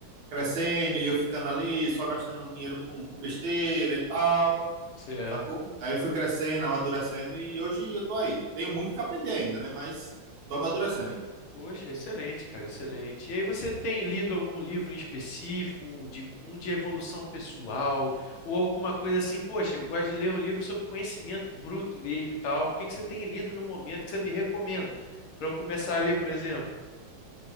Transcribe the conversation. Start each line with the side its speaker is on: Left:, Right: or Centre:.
Right: crescendo e eu ficando ali só gastando um dinheiro com, com besteira e tal,
Left: certo.
Right: sacou? Aí eu fui crescendo, amadurecendo e hoje eu tô aí. Tenho muito que aprender ainda, né? Mas tô amadurecendo ainda.
Left: Poxa, excelente, cara, excelente. E aí você tem lido algum livro em específico, um de, um de evolução pessoal, ou alguma coisa assim? Poxa, eu gosto de ler um livro sobre conhecimento bruto mesmo e tal. O que que você tem lido no momento que você me recomenda para eu começar a ler, por exemplo?